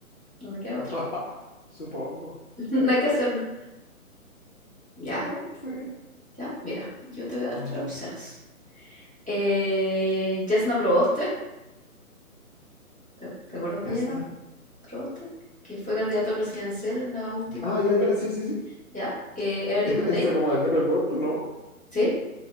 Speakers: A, in the centre; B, on the left.
A: no me queda otra.
B: <laughs> Supongo.
A: <laughs> No hay que hacerlo. Ya,
B: Ya, Sí.
A: ya, mira, yo te voy a dar
B: Um,
A: tres opciones. Eh, Jasna Proboste, ¿Te, te acuerdas
B: Yasna-
A: de Yana Proboste? Que fue candidata presidencial en la última,
B: Ah, ya, ya, sí, sí, sí.
A: ¿ya? Eh, Evelyn
B: <laughs>
A: Matei,
B: está como de pelo corto, ¿no?
A: ¿sí?